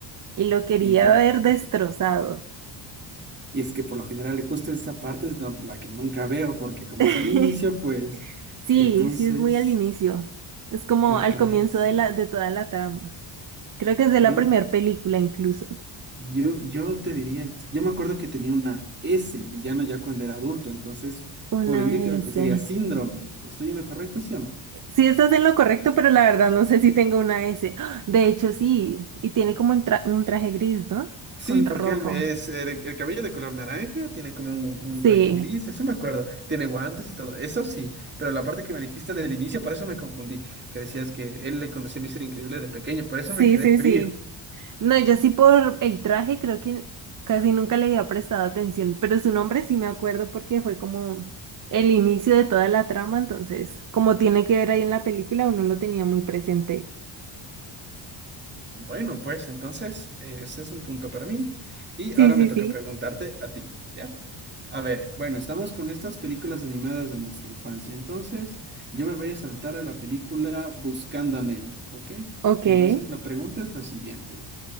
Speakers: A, on the right (about 40°); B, on the right (about 20°).
A: Y lo quería
B: Y, por-
A: ver destrozado.
B: ah, y es que por lo general justo esa parte es don- la que nunca veo porque como
A: <laughs>
B: es al inicio, pues
A: Sí,
B: entonces
A: sí es muy al inicio. Es como
B: me
A: al
B: parece,
A: comienzo de la, de toda la trama. Creo que es de la
B: yo
A: primera película incluso.
B: Yo, yo te diría, ent- yo me acuerdo que tenía una S, el villano, ya cuando era adulto, entonces,
A: Una
B: por ende,
A: S.
B: creo que sería síndrome. ¿Estoy en lo correcto, sí o no?
A: Sí, estás en lo correcto, pero la verdad no sé si tengo una S. ¡Ah! De hecho, sí. Y tiene como un, tra- un traje gris, ¿no?
B: Sí,
A: Con
B: porque
A: rojo.
B: él es eh, de- el cabello de color naranja, tiene como un, un
A: Sí,
B: traje gris, eso me acuerdo, tiene guantes y todo, eso sí, pero la parte que me dijiste del inicio, por eso me confundí, que decías que él le conocía a Mister Increíble de pequeño, por eso
A: sí,
B: me quedé
A: sí,
B: frío.
A: sí. No, yo sí por el traje creo que casi nunca le había prestado atención, pero su nombre sí me acuerdo porque fue como el inicio de toda la trama, entonces como tiene que ver ahí en la película, uno lo tenía muy presente.
B: Bueno, pues entonces eh, ese es un punto para mí. Y
A: Sí,
B: ahora
A: sí,
B: me toca
A: sí.
B: preguntarte a ti, ¿ya? A ver, bueno, estamos con estas películas animadas de nuestra infancia. Entonces, yo me voy a saltar a la película Buscando a Nemo, ¿ok?
A: Ok,
B: Entonces,
A: el
B: la pregunta es la siguiente.